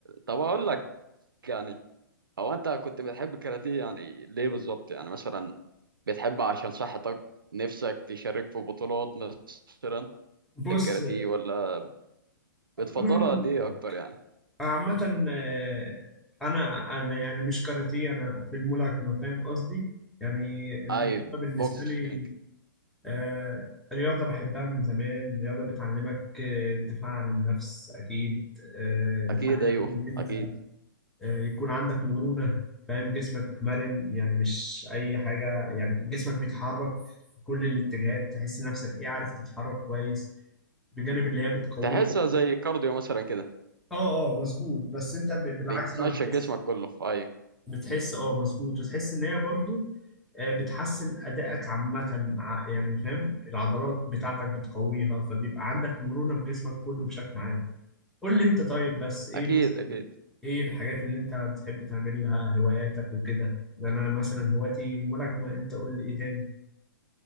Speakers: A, on the right; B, in the centre.
A: طب اقول لك يعني هو انت كنت بتحب الكاراتيه يعني ليه بالظبط يعني مثلا بتحب عشان صحتك نفسك تشارك في بطولات مثلا
B: بص
A: للكاراتيه ولا بتفضلها
B: انا هقول
A: ليه اكتر يعني
B: عامة آه، أنا أنا يعني مش كاراتيه أنا في الملاكمة فاهم قصدي؟ يعني الملاكمة
A: ايوه
B: بالنسبة
A: بوكسينج
B: لي آه، رياضة بحبها من زمان رياضة بتعلمك آه، الدفاع عن النفس أكيد آه،
A: اكيد
B: بتعلمك
A: ايوه
B: إنك أنت
A: اكيد
B: آه، يكون عندك مرونة فاهم جسمك مرن يعني مش أي حاجة يعني جسمك بيتحرك في كل الاتجاهات تحس نفسك إيه عارف تتحرك كويس بجانب اللي هي بتقويك
A: تحسها زي كارديو مثلا كده
B: اه اه مظبوط بس انت ب- بالعكس
A: بتمشى
B: بقى بتحس
A: جسمك كله ايوه
B: بتحس اه مظبوط وتحس ان هي برضو آه، بتحسن ادائك عامه ع- يعني فاهم العضلات بتاعتك بتقويها فبيبقى عندك مرونه في جسمك كله بشكل عام قول لي انت طيب بس ايه
A: اكيد
B: مثلا
A: اكيد
B: ايه الحاجات اللي انت بتحب تعملها هواياتك وكده ده انا مثلا هوايتي الملاكمه انت قول لي ايه تاني